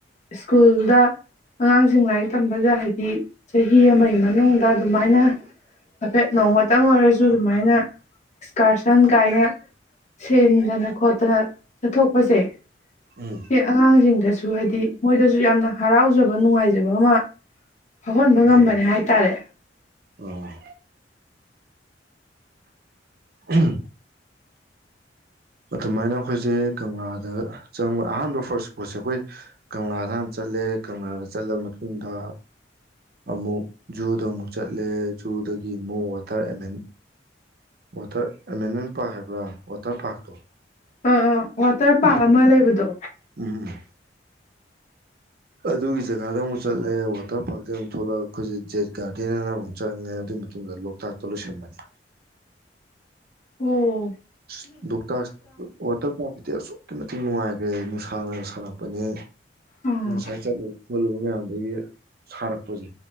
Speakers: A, on the left; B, on the right.
A: ꯁ꯭ꯀꯨꯜꯗ ꯑꯉꯥꯡꯁꯤꯡ ꯂꯥꯏꯔꯤꯛ ꯇꯝꯕꯗ ꯍꯥꯏꯗꯤ ꯆꯍꯤ ꯑꯃꯒꯤ ꯃꯅꯨꯡꯗ ꯑꯗꯨꯃꯥꯏꯅ ꯍꯥꯏꯐꯦꯠ ꯅꯣꯡꯃꯇꯪ ꯑꯣꯏꯔꯁꯨ ꯑꯗꯨꯃꯥꯏꯅ ꯑꯦꯛꯁꯀꯔꯁꯟ ꯀꯥꯏꯅ ꯁꯤꯟꯗꯅ ꯈꯣꯠꯇꯅ ꯆꯠꯊꯣꯛ ꯍꯣꯏꯁꯦ
B: ꯎꯝ
A: ꯁꯤ ꯑꯉꯥꯡꯁꯤꯡꯗꯁꯨ ꯍꯥꯏꯗꯤ ꯃꯣꯏꯗꯁꯨ ꯌꯥꯝꯅ ꯍꯔꯥꯎꯖꯕ ꯅꯨꯡꯉꯥꯏꯖꯕ ꯑꯃ ꯐꯥꯎꯍꯟꯕ ꯉꯝꯕꯅꯦ
B: ꯍꯣꯏ
A: ꯍꯥꯏ ꯇꯔꯦ
B: ꯍꯣꯏ ꯑꯍꯝ ꯑꯗꯨꯃꯥꯏꯅ ꯑꯩꯈꯣꯏꯁꯦ ꯀꯪꯂꯥꯗ ꯆꯪꯕ ꯑꯍꯥꯟꯕ ꯐꯥꯔꯁ ꯏꯁꯄꯣꯠꯁꯦ ꯑꯩꯈꯣꯏ ꯀꯪꯂꯥꯗ ꯍꯥꯟ ꯆꯠꯂꯦ ꯀꯪꯂꯥꯗ ꯆꯠꯂ ꯃꯇꯨꯡꯗ ꯑꯃꯨꯛ ꯖꯨꯗ ꯑꯃꯨꯛ ꯆꯠꯂꯦ ꯖꯨꯗꯒꯤ ꯑꯃꯨꯛ ꯋꯥꯇꯔ ꯑꯦꯃꯦꯟ ꯋꯥꯇꯔ ꯑꯦꯃꯦꯟꯃꯦꯟ ꯄꯥꯔꯛ ꯍꯥꯏꯕ꯭ꯔꯥ ꯋꯥꯇꯔ ꯄꯥꯔꯛꯇꯣ
A: ꯑꯥ ꯑꯥ ꯋꯥꯇꯔ ꯄꯥꯔꯛ
B: ꯎ
A: ꯑꯃ ꯂꯩꯕꯗꯣ
B: ꯎꯝ ꯎꯝ ꯑꯗꯨꯒꯤ ꯖꯒꯥꯗ ꯑꯃꯨꯛ ꯆꯠꯂꯦ ꯋꯥꯇꯔ ꯄꯥꯔꯛꯇ ꯑꯃꯨꯛ ꯊꯣꯛꯂꯛꯑꯒ ꯑꯩꯈꯣꯏꯁꯦ ꯖꯦꯠ ꯒꯥꯔꯗꯦꯟ ꯑꯅ ꯑꯃꯨꯛ ꯆꯠꯉꯦ ꯑꯗꯨꯒꯤ ꯃꯇꯨꯡꯗ ꯂꯣꯛꯇꯥꯛꯇ ꯂꯣꯏꯁꯟꯕꯅꯤ
A: ꯎꯝ
B: ꯁꯤꯠ ꯂꯣꯛꯇꯥꯛ ꯋꯥꯇꯔ ꯄꯥꯔꯛ ꯇꯤ ꯑꯁꯨꯛꯀꯤ ꯃꯇꯤꯛ ꯅꯨꯡꯉꯥꯏꯈꯒ꯭ꯔꯦ ꯅꯨꯡꯁꯥꯅ ꯁꯥꯔꯛꯄꯅꯦ
A: ꯑꯥ
B: ꯎꯁꯥꯏ ꯆꯠꯂꯨ ꯈꯣꯂꯨꯕ ꯃꯌꯥꯝꯗꯒꯤ ꯁꯥꯔꯛꯄꯁꯦ